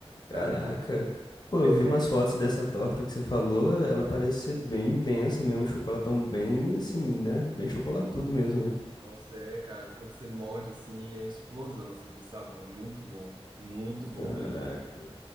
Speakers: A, on the left; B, on the right.
A: Caraca.
B: sabe?
A: Pô, eu
B: É,
A: vi umas fotos dessa torta que você falou, ela parece ser bem densa mesmo, um chocolatão bem assim, né? Bem chocolatudo mesmo, né?
B: Nossa, é, cara, quando você morde assim, é explosão assim de sabor, é muito bom, muito bom
A: Caraca.
B: mesmo.